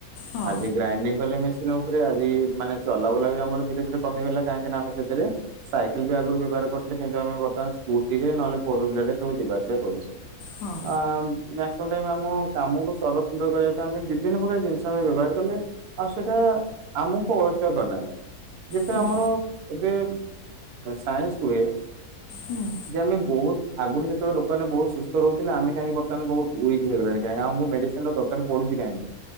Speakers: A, on the left; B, on the right.
A: ହଁ
B: ଆଜି ଗ୍ରାଇଣ୍ଡିଙ୍ଗ କଲେ ମେସିନ୍ ଉପରେ, ଆଜି ମାନେ ଚଲାବୁଲା ବି ଆମର ଧୀରେ ଧୀରେ କମିଗଲା, କାହିଁକିନା ଆମେ ସେଥିରେ ସାଇ ଆଗରୁ ବ୍ୟବହାର କରିଥିଲେ, କିନ୍ତୁ ଆମେ ବର୍ତ୍ତମାନ ସ୍କୁଟିରେ, ନହେଲେ ଫୋର ହୁଇଲରରେ, ସବୁ ଯିବାଆ ସିବା କରୁଛେ।
A: ହଁ
B: ଆମ୍ <unintelligible> ଆମ କାମକୁ ସର ସୁନ୍ଦର କରିବା ପାଇଁ, ଆମେ ଦିଇ ଦିନ ପ୍ରକାର ଜିନିଷ ଆମେ ବ୍ୟବହାର କଲେ। ଆଉ ସେଟା, ଆମକୁ ଅଳସୁଆ କରିନେଲା। ଯେତେବେଳେ
A: ହୁଁ
B: ଆମର, ଏବେ ସାଇନ୍ସ କୁହେ
A: ହୁଁ ଉଁ
B: ଯେ ଆମେ ବହୁତ ଆଗରୁ ଯେତେବେଳେ ଲୋକମାନେ ବହୁତ ସୁସ୍ଥ ରହୁଥିଲେ, ଆମେ କାହିଁ ବର୍ତ୍ତମାନ ବହୁତ ୱିକ ହେଇଗଲାଣି କାଇଁ, ଆଉ ମୁଁ ମେଡିସିନ ର ପଡୁଛି କାହିଁକି?